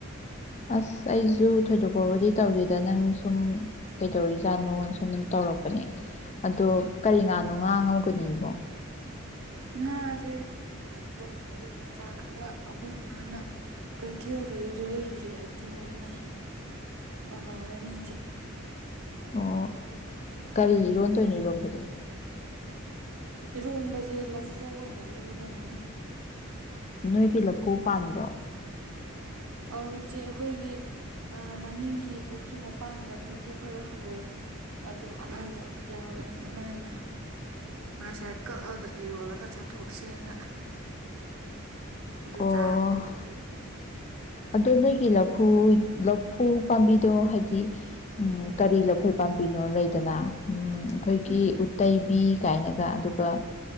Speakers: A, on the left (about 30°); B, on the right (about 85°).
A: ꯑꯁ ꯑꯩꯖꯨ ꯊꯣꯏꯗꯣꯛ ꯄꯕꯨꯗꯤ ꯇꯧꯗꯦꯗ ꯅꯪ ꯁꯨꯝ ꯀꯩꯗꯧꯔꯤꯖꯥꯠꯅꯣ ꯁꯨꯝ ꯇꯧꯔꯛꯄꯅꯦ ꯑꯗꯣ ꯀꯔꯤ ꯉꯥꯅꯣ ꯉꯥ ꯉꯧꯒꯅꯤꯕꯣ?
B: ꯉꯥꯖꯦ ꯑ ꯇꯨꯡꯍꯟꯕꯤ ꯃꯆꯥ ꯈꯔ ꯑꯈꯣꯏ ꯏꯃꯥꯅ ꯀꯩꯊꯦꯜꯗꯒꯤ ꯂꯩꯔꯨꯔꯦ ꯑꯗꯨ ꯑꯣꯏꯅ ꯇꯥꯎꯔꯅꯤ ꯏꯆꯦ꯫
A: ꯑꯣ ꯀꯔꯤ ꯏꯔꯣꯟꯗꯣꯏꯅꯣ ꯏꯔꯣꯝꯕꯗꯤ?
B: ꯏꯔꯣꯝꯕꯁꯦ ꯂꯐꯨ ꯑꯣꯏꯅ ꯏꯔꯣꯜꯂꯅꯤ꯫
A: ꯅꯣꯏꯒꯤ ꯂꯐꯨ ꯄꯥꯟꯕ꯭ꯔꯣ?
B: ꯑꯧ ꯏꯆꯦ ꯑꯈꯣꯏꯒꯤ ꯑꯥ ꯃꯅꯤꯡꯒꯤ ꯄꯨꯈ꯭ꯔꯤ ꯃꯄꯥꯟꯗ ꯂꯐꯨ ꯈꯔ ꯍꯧꯋꯤ꯫ ꯑꯗꯨ ꯑꯅꯧꯕ ꯌꯥꯎꯋꯦꯅ ꯏꯃꯥꯅ ꯉꯁꯥꯏ ꯀꯛꯑꯒ ꯏꯔꯣꯜꯂꯒ ꯆꯥꯊꯣꯛꯁꯦꯅ ꯑꯗꯨ
A: ꯑꯣ
B: ꯆꯥꯛꯀꯦ ꯇꯧꯔꯤ
A: ꯑꯗꯣ ꯅꯣꯏꯒꯤ ꯂꯐꯨ ꯂꯐꯨ ꯄꯥꯝꯕꯤꯗꯣ ꯍꯥꯏꯗꯤ ꯎꯝ ꯀꯔꯤ ꯂꯧꯐꯣꯏ ꯄꯥꯝꯕꯤꯅꯣ ꯂꯩꯗꯅ ꯎꯝ ꯈꯣꯏꯒꯤ
B: ꯎꯝ
A: ꯎꯠꯇꯩꯕꯤ ꯀꯥꯏꯅꯒ ꯑꯗꯨꯒ